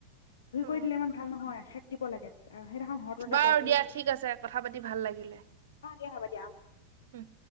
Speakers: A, on the left; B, on the right.
A: ধুই
B: অ
A: কৰি দিলে ইমান ভাল নহয় এখেত। দিব লাগে। সেইদিনাখন হৰদৰ এটা
B: বাৰু
A: বেগ দি
B: দিয়া ঠিক আছে কথা পাতি ভাল লাগিলে
A: অ দিয়া হ'ব দিয়া অ
B: উম।